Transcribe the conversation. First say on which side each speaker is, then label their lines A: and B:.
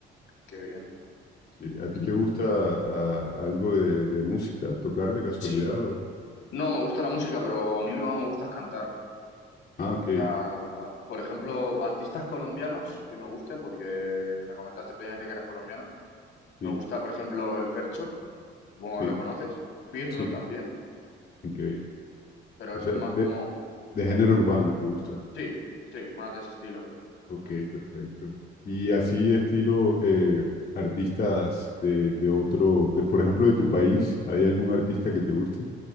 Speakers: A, on the left; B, on the left.
A: Qué bien.
B: Sí, ¿a ti
A: <clears throat>
B: te gusta ah, algo de, de música, tocar de casualidad?
A: Sí.
B: o-
A: No, me gusta la música, pero a mí lo que más me gusta es cantar.
B: Ah, ok,
A: O sea, por ejemplo, artistas colombianos que me gusten, porque me comentaste previamente que eras colombiano.
B: sí,
A: Me gusta, por ejemplo, el Fercho, supongo
B: sí,
A: que lo conoces. Pirlo
B: sí,
A: también,
B: ok.
A: pero
B: O
A: eso
B: sea,
A: es más
B: de,
A: como...
B: de género urbano, ¿te gusta?
A: Sí, sí, más de ese estilo.
B: Ok, perfecto. Y así estilo eh, artistas de, de otro, de, por ejemplo, de tu país, ¿hay algún artista que te guste?